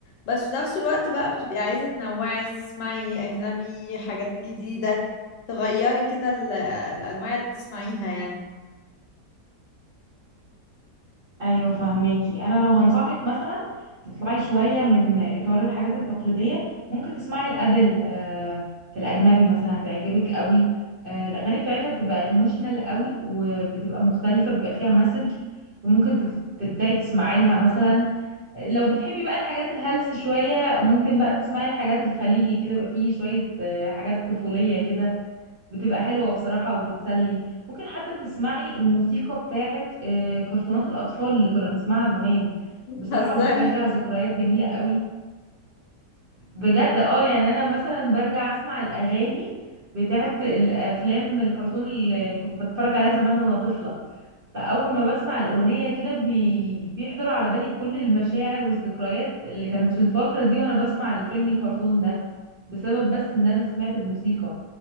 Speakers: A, on the left; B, on the right.
A: بس في نفس الوقت بقى بتبقي عايزه تنوعي تسمعي اجنبي حاجات جديده تغيري كده ال- الانواع اللي بتسمعيها يعني
B: ايوه فهماكي انا لو هنصحك مثلا تطلعي شويه من اطار الحاجات التقليديه ممكن تسمعي الادل آه، في الاجنبي مثلا هتعجبك قوي آه، الاغاني بتاعتها بتبقى ايموشنال قوي وبتبقى مختلفه بيبقى فيها مسج وممكن تت- تبداي تسمعي لها مثلا لو بتحبي بقى الحاجات الهلس شويه ممكن بقى تسمعي حاجات الخليجي كده بقى فيه شويه آه، حاجات طفوليه كده بتبقى حلوة بصراحة وبتسلي ممكن حتى تسمعي الموسيقى بتاعت آه، كرتونات الأطفال اللي كنا بنسمعها زمان
A: <laughs> بتهزري
B: بصراحة بترجع ذكريات جميلة قوي وبجد اه يعني أنا مثلا برجع أسمع الأغاني بتاعت الأفلام الكرتون اللي كنت بتفرج عليها زمان وأنا طفلة فأول ما بسمع الأغنية كده بي... بيحضر على بالي كل المشاعر والذكريات اللي كانت في الفترة دي وأنا بسمع الفيلم الكرتون ده بسبب بس ان انا سمعت الموسيقى